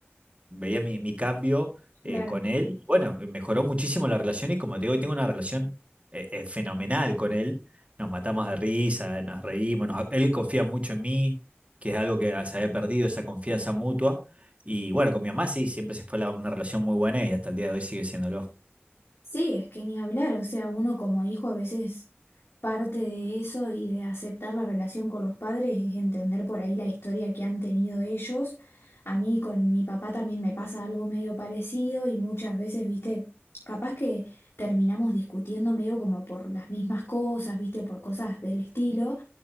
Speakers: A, on the right; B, on the left.
A: veía mi, mi cambio eh,
B: claro.
A: con él. Y bueno, mejoró muchísimo la relación y como te digo, hoy tengo una relación eh, eh, fenomenal con él. Nos matamos de risa, nos reímos, nos- él confía mucho en mí, que es algo que se había perdido, esa confianza mutua. Y bueno, con mi mamá sí, siempre se fue la- una relación muy buena y hasta el día de hoy sigue siéndolo.
B: Sí, es que ni hablar, o sea, uno como hijo a veces parte de eso y de aceptar la relación con los padres es entender por ahí la historia que han tenido ellos. A mí con mi papá también me pasa algo medio parecido y muchas veces, viste, capaz que terminamos discutiendo medio como por las mismas cosas, viste, o por cosas del estilo.